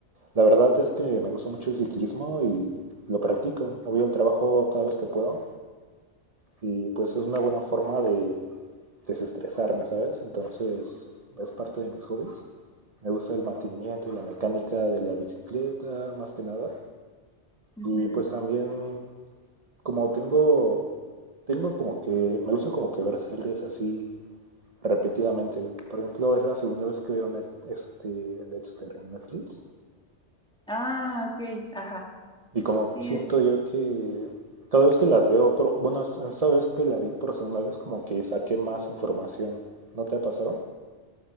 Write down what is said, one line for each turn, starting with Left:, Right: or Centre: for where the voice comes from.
Right: La verdad es que me gusta mucho el ciclismo y lo practico. Me voy al trabajo cada vez que puedo y pues es una buena forma de desestresarme, ¿sabes? Entonces es parte de mis hobbies. Me gusta el mantenimiento y la mecánica de la bicicleta, más que nada.
Centre: Ujú.
Right: Y pues también, como tengo, tengo como que, me gusta como que ver series así repetidamente. Por ejemplo, es la segunda vez que veo Net- este, Dexter en Netflix.
Centre: Ah, ok, ajá.
Right: Y como
Centre: Sí,
Right: siento
Centre: es.
Right: yo que cada vez que las veo, pero bueno, esta esta vez que la vi por segunda vez, como que saqué más información. ¿No te ha pasado?